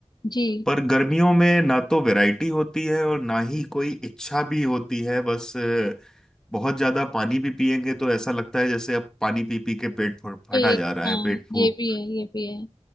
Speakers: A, on the left (about 35°); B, in the centre.
A: जी
B: पर गर्मियों में ना तो वैरायटी होती है और ना ही कोई इच्छा भी होती है बस अ, बहुत ज्यादा पानी भी पिएंगे तो ऐसा लगता है जैसे अब पानी पी पी के पेट फ- फटा
A: खेत
B: जा रहा
A: हाँ
B: है पेट
A: ये
B: फूक
A: भी है ये भी है